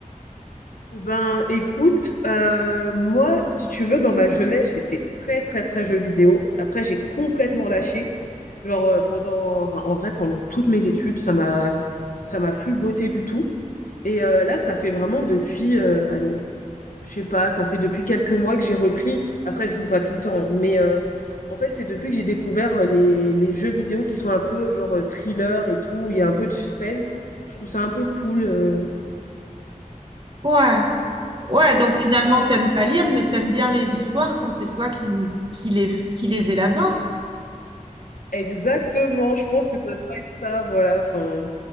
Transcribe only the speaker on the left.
Eh ben, écoute, euh, moi, si tu veux, dans ma jeunesse, j'étais très, très, très jeux vidéo. Après, j'ai complètement lâché. Genre, euh, pendant, enfin, en vrai, pendant toutes mes études, ça m'a, ça m'a plus botté du tout. Et euh, là, ça fait vraiment depuis, euh, allez, je sais pas, ça fait depuis quelques mois que j'ai repris. Après, je joue pas tout le temps, mais euh, en fait, c'est depuis que j'ai découvert euh, les, les jeux vidéo qui sont un peu genre euh, thriller et tout, où il y a un peu de suspense. Je trouve ça un peu cool. euh.
Exactement, je pense que ça doit être ça, voilà. Enfin,